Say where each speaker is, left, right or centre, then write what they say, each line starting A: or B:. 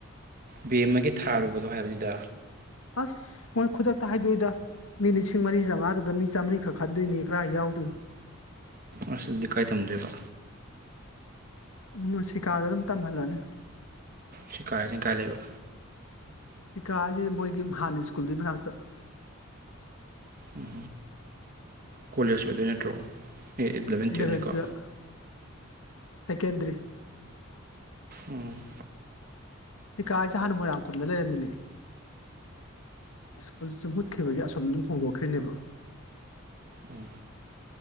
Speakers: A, on the right; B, on the left.
A: ꯕꯦꯝꯃꯒꯤ ꯊꯥꯔꯨꯕꯗꯣ ꯍꯥꯏꯕꯅꯤꯗ
B: ꯑꯁ ꯃꯣꯏ ꯈꯨꯗꯛꯇ ꯍꯥꯏꯗꯣꯛꯏꯗ ꯃꯤ ꯂꯤꯁꯤꯡ ꯃꯔꯤ ꯆꯥꯝꯃꯉꯥꯗꯨꯗ ꯃꯤ ꯆꯥꯝꯃꯔꯤ ꯈꯛ ꯈꯟꯗꯣꯏꯅꯤ ꯀꯔꯥꯏ ꯌꯥꯎꯗꯣꯏꯅꯣ
A: ꯑꯁ ꯑꯗꯨꯗꯤ ꯀꯥꯏ ꯇꯝꯗꯣꯏꯕ
B: ꯃꯨꯁꯤꯀꯥꯗ ꯑꯗꯨꯝ ꯇꯝꯍꯜꯂꯅꯤ
A: ꯁꯤꯀꯥꯏꯁꯤꯅ ꯀꯥꯏ ꯂꯩꯕ
B: ꯁꯤꯀꯥ ꯍꯥꯏꯖꯦ ꯃꯣꯏꯒꯤ ꯍꯥꯟꯅ ꯁ꯭ꯀꯨꯜꯒꯤ ꯗꯨꯒꯤ ꯃꯅꯥꯛꯇ
A: ꯎꯝ ꯀꯣꯂꯦꯖ ꯂꯣꯏꯗꯣꯏ ꯅꯠꯇ꯭ꯔꯣ ꯑꯦ- ꯑꯦꯂꯕꯦꯟ
B: ꯏꯂꯚꯦꯟ
A: ꯇꯨꯌꯦꯜꯞꯅꯤꯀꯣ
B: ꯇꯨꯌꯦꯜꯞ ꯁꯦꯀꯦꯟꯗ꯭ꯔꯤ
A: ꯎꯝ
B: ꯁꯤꯀꯥ ꯍꯥꯏ ꯖꯦ ꯍꯥꯟꯅ ꯃꯣꯏꯔꯥꯡꯈꯣꯝꯗ ꯂꯩꯔꯝꯃꯤꯅꯦ ꯁꯀ꯭ꯔꯜ ꯈꯤꯕꯒ ꯑꯁꫭꯝ꯫ ꯍꯣꯡꯗꯣꯛꯈ꯭ꯔꯤꯅꯦꯕ꯫
A: ꯎꯝ